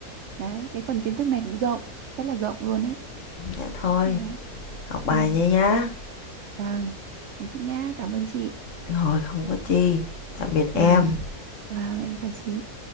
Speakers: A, on the right; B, on the left.
A: Đấy, cái phần kiến thức này cũng rộng, rất là rộng luôn ấy.
B: dạ thôi
A: Đấy.
B: học bài
A: Ừ.
B: nha nhá
A: Vâng. Thế chị nhá, cảm ơn chị.
B: Rồi không có chi Tạm biệt em
A: Vâng, vâng, em chào chị.